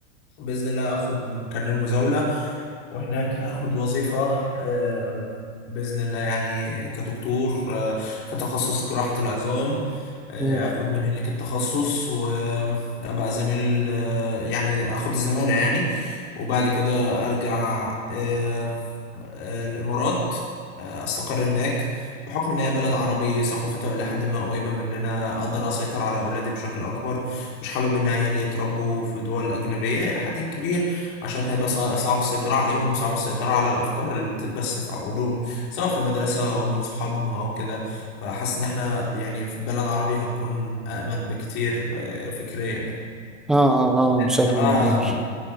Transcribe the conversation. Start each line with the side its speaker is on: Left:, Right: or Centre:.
Left: باذن الله اخد كارنيه المزاوله وهناك هاخد وظيفة آم، بإذن الله يعني كدكتور آه، في تخصص جراحة العظام آه،
Centre: مم.
Left: اخد من هناك التخصص وابقى زميل آه، يعني اخد الزمالة يعني وبعد كده ارجع آه، آه، الامارات آه، استقر هناك بحكم ان هي بلد عربي ثقافتها الى حد ما قريبه مننا اقدر اسيطر على اولادي بشكل اكبر مش حابب ان عيالي يتربوا في دول اجنبيه الى حد كبير عشان هيبقى صع- صعب السيطرة عليهم وصعب السيطرة على الأفكار اللي بتتبث في عقولهم سواء في المدرسة أو من صحابهم أو كده فحاسس إن إحنا يعني في بلد عربي هنكون أأمن بكتير آه، فكريا يعني
Centre: اه اه اه آه،
Left: أنت
Centre: بشكل
Left: بقى
Centre: كبير